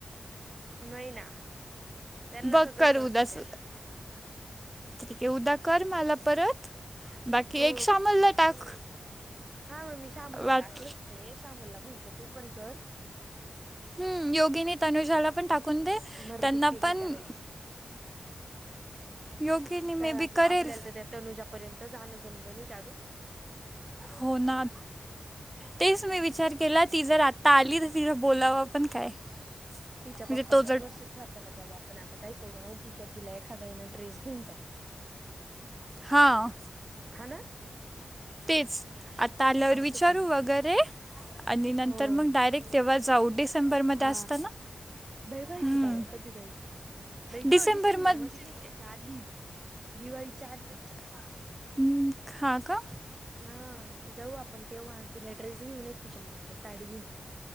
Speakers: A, on the right; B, on the right.
A: नाही ना त्यांना
B: बघ
A: सगळं
B: कर
A: कळतं
B: उदास
A: त्याच्या
B: उ ठीकये उद्या कर मला परत बाकी
A: हो
B: एक शामला टाक
A: हा मग मी श्यामला
B: वाट
A: टाकलंच आहे श्यामला म्हंटलं तू पण कर
B: हम्म योगीनी तनुजाला पण टाकून दे
A: मरदी
B: त्यांना
A: ते नाही
B: पण
A: करायची
B: योगिनी
A: काय
B: मे
A: वाट
B: बी करेल
A: आपल्याला तर त्या तनुजापर्यंत जाणं जमलं नाही का ग
B: होणार तेच मी विचार केला ती जर आत्ता आली तर तिला बोलावं पण काय?
A: तिच्या
B: म्हणजे
A: पप्पाच्या
B: तो जर
A: वर्ष श्राधाला जाऊ आपण आता काय करू माहीती का तिला एखादा ना ड्रेस घेऊन जाऊ.
B: हां
A: हा ना
B: तेच आता आल्यावर
A: असं
B: विचारू
A: करू
B: वगैरे आणि नंतर
A: हो
B: मग डायरेक्ट तेव्हा जाऊ डिसेंबरमध्ये
A: हा
B: असतं ना?
A: नाही माहिती
B: हम्म.
A: माला कधी जाईल नायी
B: डिसेंबरमध्ये
A: ग डिसेंबर मधे नाही. याच्या आधी दिवाळीच्या आधी
B: हम्म, हा का?
A: हा जाऊ आपण तेव्हा तिला ड्रेस घेऊन ये तिच्या मम्मीला साडी घेऊन